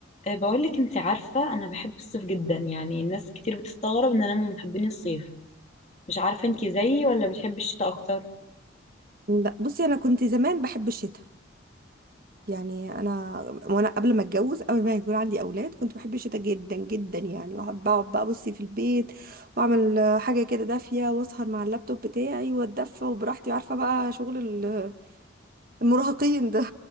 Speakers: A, on the left; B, on the right.
A: أه، بقولك انت عارفة انا بحب الصيف جدا يعني الناس كتير بتستغرب ان انا من محبين الصيف مش عارفة انت زيي ولا بتحبي الشتاء اكتر
B: لا بصي انا كنت زمان بحب الشتاء يعني انا وانا قبل ما اتجوز قبل ما يكون عندي اولاد كنت بحب الشتاء جدا جدا يعني واحب اقعد بقى بصي في البيت واعمل آه، حاجه كده دافيه واسهر مع اللابتوب بتاعي واتدفى وبراحتي عارفه بقى شغل ال- المراهقين ده